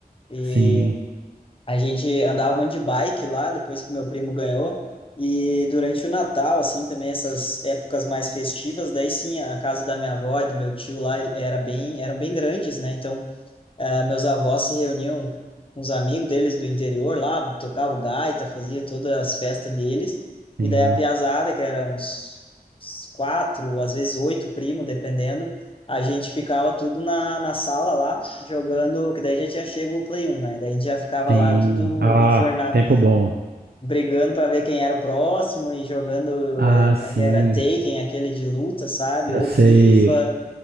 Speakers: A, on the left (about 35°); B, on the right (about 90°).
A: E
B: Sim,
A: a gente andava muito de bike lá, depois que meu primo ganhou. E durante o Natal, assim, também essas épocas mais festivas, daí sim, a casa da minha avó, e do meu tio lá, era bem, eram bem grandes, né? Então, ah, meus avós se reuniam com os amigos deles do interior lá, tocavam gaita, fazia todas as festas deles.
B: sim,
A: E daí a piazada, que era uns uns quatro, às vezes oito primos, dependendo, a gente ficava tudo na, na sala lá, jogando, que daí já tinha chego o Play 1, né? Daí a gente já ficava
B: sim.
A: lá tudo
B: Ah,
A: enfornado,
B: tempo bom.
A: brigando para ver quem era o próximo e jogando,
B: Ah,
A: eh, como
B: sim.
A: é que era, Taken, aquele de luta, sabe?
B: Eu
A: Ou
B: sei.
A: FIFA,